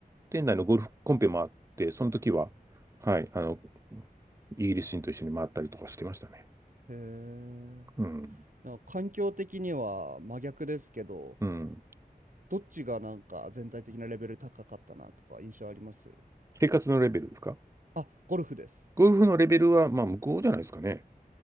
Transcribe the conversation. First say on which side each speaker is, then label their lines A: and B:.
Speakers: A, on the right (about 20°); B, on the right (about 60°).
A: 店内のゴルフコンペもあって、その時は、はい、あの、イギリス人と一緒に回ったりとかしてましたね。
B: へえ。
A: うん。
B: なんか環境的には真逆ですけど、
A: うん。
B: どっちがなんか全体的なレベル高かったなとか印象あります
A: 生活のレベルですか
B: あ、ゴルフです。
A: ゴルフのレベルは、まあ、向こうじゃないですかね。
B: うん。